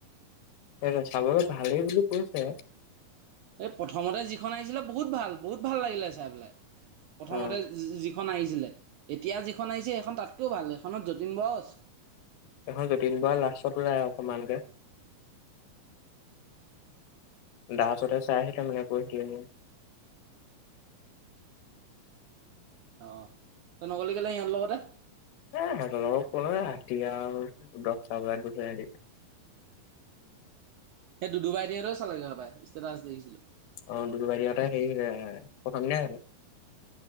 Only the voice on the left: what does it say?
সেইটো চাবলৈ ভালেই বুলি কৈছে।
অ
এইখন যতীন বৰা লাষ্টত ওলাই অকণমানকে। দাসহতে চাই আহিলে মানে কৈ চিলেহি।
এ সিহঁতৰ লগত কোনে যায়, ৰাতিহে আৰু দহটা বজাতহে গৈছে ইহতি।
অ', দুদুভাইতিহতে হেৰি প্ৰথম দিনাই চালে।